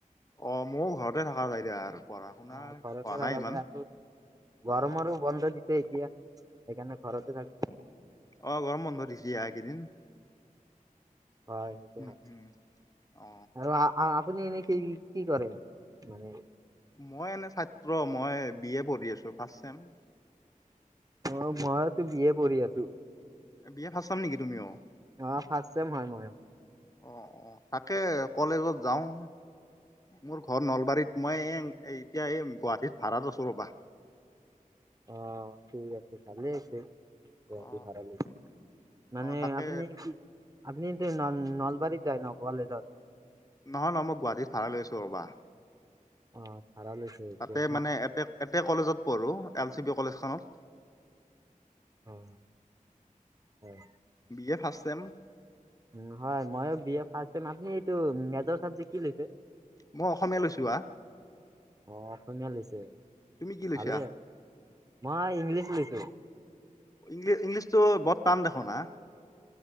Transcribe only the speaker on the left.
অ' ময়ো ঘৰতে থকা যাই দিয়া আৰু। পঢ়া শুনা
হোৱা
নাই ইমান
অ
অ' গৰম বন্ধ দিছে হা এইকেইদিন।
উম
হুম অ
মই এনে ছাত্ৰ মই বি এ পঢ়ি আছো। ৰ্ফাষ্ট চেম
বি এ ৰ্ফাষ্ট চেম নেকি তুমিও?
অ' অ' তাকে কলেজত যাওঁ মোৰ ঘৰ নলবাৰীত। মই এই এতিয়া এই গুৱাহাটীত ভাড়াত আছো ৰ'বা।
অ
অ তাকে
নহয় নহয়, মই গুৱাহাটীত ভাড়া লৈ আছো ৰ'বা।
তাতে মানে এপে এতে কলেজত পঢ়ো এল চি বি কলেজখনত।
বি এ ৰ্ফাষ্ট চেম।
মই অসমীয়া লৈছো হা।
তুমি কি লৈছা?
ইংলিছ ইংলিছতো বৰ টান দেখোন হা?